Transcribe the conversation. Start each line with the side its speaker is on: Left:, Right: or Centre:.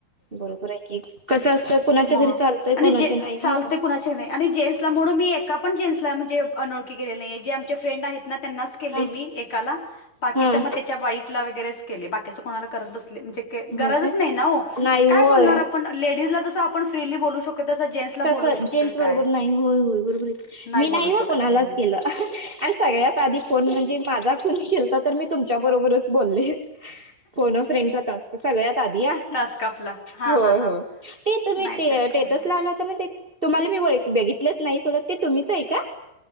Right: बरोबर आहे की. कसं असतं कोणाच्या
Left: मग
Right: घरी चालतंय
Left: आणि
Right: कोणाच्या
Left: जे
Right: नाही
Left: चालते
Right: नाही का.
Left: कुणाचे नाही आणि जेन्सला म्हणून मी एका पण जेन्सला म्हणजे अनोळखी केलेली नाही आहे. जे चे फ्रेंड आहेत ना, त्यांनाच केले
Right: हा
Left: मी एकाला. बाकीच्या
Right: हा
Left: मग त्याच्या वाईफला वगैरेच केले. बाकीचे कोणाला करत बसले नाही. गरजच
Right: हो काय
Left: नाही ना ओ.
Right: नाही होय
Left: काय बोलणार आपण? लेडीज ला जसं आपण फ्रीली बोलू शकतोय. तसं जेंट्सला बोलू
Right: तस जेंट्स बरोबर
Left: काय
Right: नाही. होय होय बरोबर आहे. मी
Left: बोलू
Right: नाही बा
Left: शकत
Right: कोणालाच
Left: आहे
Right: केलं. आणि सगळ्यात आधी फोन म्हणजे माझा कोण केल तर तर मी तुमच्या बरोबरच बोलले. फोन अ फ्रेंड चा टास्क. सगळ्यात आधी हा.
Left: टास्क आपला हां
Right: हो
Left: हां हां
Right: हो. ते तुम्ही
Left: नाहीतर
Right: ते स्टेटसला
Left: काय
Right: त्याच्यामध्ये तुम्हाला मी बघितलंच नाही सोडा. ते तुम्हीच आहे का?